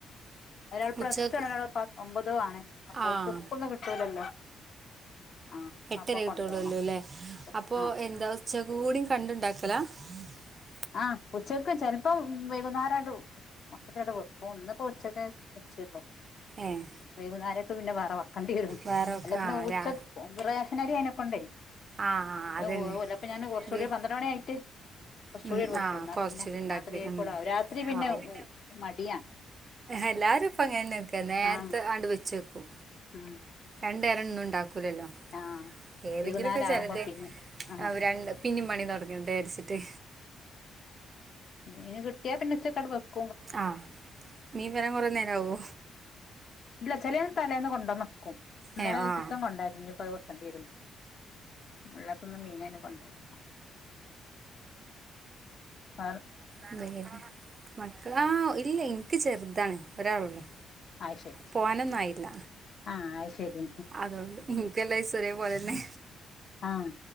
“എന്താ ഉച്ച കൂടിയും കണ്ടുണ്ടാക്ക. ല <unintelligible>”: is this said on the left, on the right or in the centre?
Right